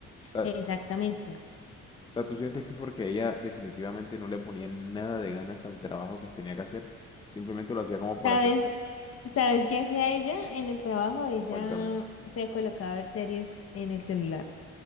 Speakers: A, on the left; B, on the left.
A: O sea,
B: exactamente.
A: o sea, tú sientes que es porque ella definitivamente no le ponía nada de ganas al trabajo que tenía que hacer. Simplemente lo hacía como por
B: ¿Sabes?
A: hacer.
B: ¿Sabes qué hacía ella en el trabajo? Ella
A: Cuéntame.
B: se colocaba a ver series en el celular.